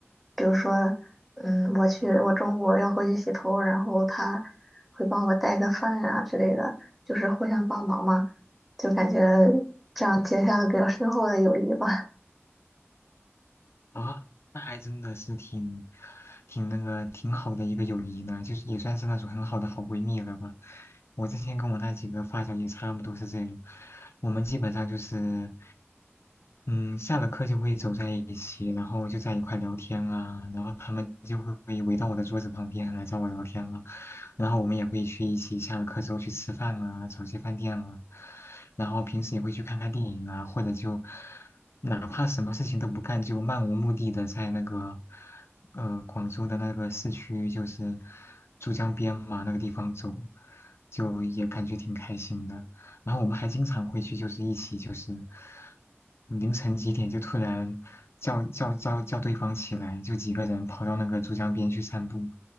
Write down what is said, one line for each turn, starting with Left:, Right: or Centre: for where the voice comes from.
Centre: 比如说。嗯，我去，我中午要回去洗头，然后他会帮我带个饭呀、之类的，就是互相帮忙嘛，就感觉这样结下了比较深厚的友谊吧。<laughs>
Left: 啊，那还真的是挺挺那个挺好的一个友谊呢，就是也算是那种很好的好闺蜜了吧。我之前跟我那几个发小也差不多是这样，我们基本上就是，嗯，下了课就会走在一起，然后就在一块聊天啊，然后他们就会围到我的桌子旁边来找我聊天了，然后我们也会去一起下了课之后去吃饭啊，找些饭店啊，然后平时也会去看看电影啊，或者就哪怕什么事情都不干，就漫无目的的在那个呃广州的那个市区，就是珠江边嘛那个地方走，就也感觉挺开心的。然后我们还经常回去，就是一起就是凌晨几点就突然叫叫叫叫对方起来，就几个人跑到那个珠江边去散步，